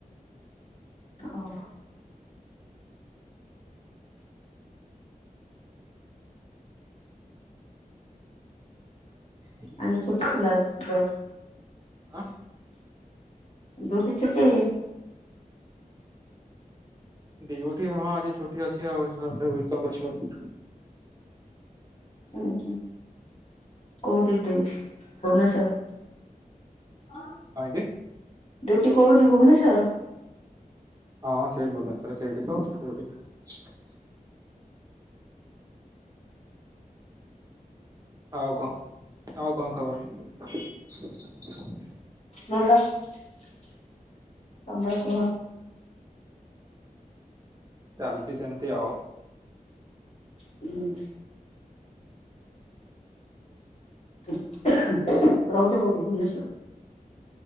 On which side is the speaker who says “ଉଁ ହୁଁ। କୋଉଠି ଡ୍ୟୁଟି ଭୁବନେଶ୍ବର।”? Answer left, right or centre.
Left